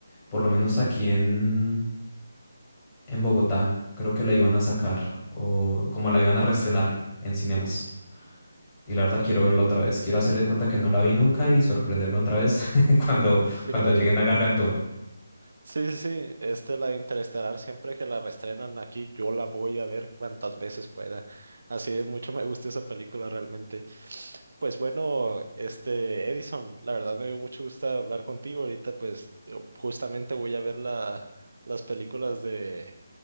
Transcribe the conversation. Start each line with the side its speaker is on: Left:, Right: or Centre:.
Left: por lo menos aquí en, en Bogotá. Creo que la iban a sacar, o como la iban a reestrenar en cinemas. Y la verdad, quiero verla otra vez. Quiero hacer de cuenta que no la vi nunca y sorprenderme otra vez <laughs> cuando,
Right: Sí,
Left: cuando
Right: claro.
Left: lleguen a Gargantúa.
Right: Sí, sí, sí, este la de Interestelar, siempre que la reestrenan aquí, yo la voy a ver cuantas veces pueda. Así de mucho me gusta esa película realmente. Pues bueno, este Edison, la verdad me dio mucho gusto hablar contigo. Ahorita pues yo justamente voy a ver la, las películas de,